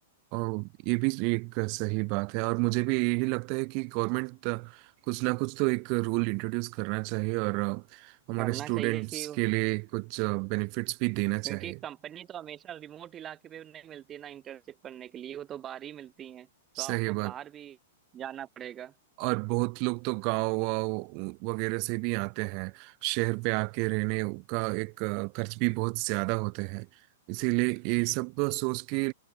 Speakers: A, on the right; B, on the right.
A: और ये भी एक सही बात है और मुझे भी यही लगता है कि गवर्नमेंट कुछ ना कुछ तो एक रूल इंट्रोड्यूस करना चाहिए और अ, हमारे
B: करना
A: स्टूडेंट्स
B: चाहिए कि
A: के लिए कुछ बेनिफिट्स भी देना चाहिए
B: क्योंकि कंपनी तो हमेशा रिमोट इलाके पे नहीं मिलती ना इंटर्नशिप करने के लिए वो तो बाहर ही मिलती हैं तो आपको
A: सही बात
B: बाहर भी जाना पड़ेगा
A: और बहुत लोग तो गांव वाव वगैरह से भी आते हैं शहर पे आके रहने का एक अ, खर्च भी बहुत ज्यादा होते हैं इसीलिए ये सब सोच के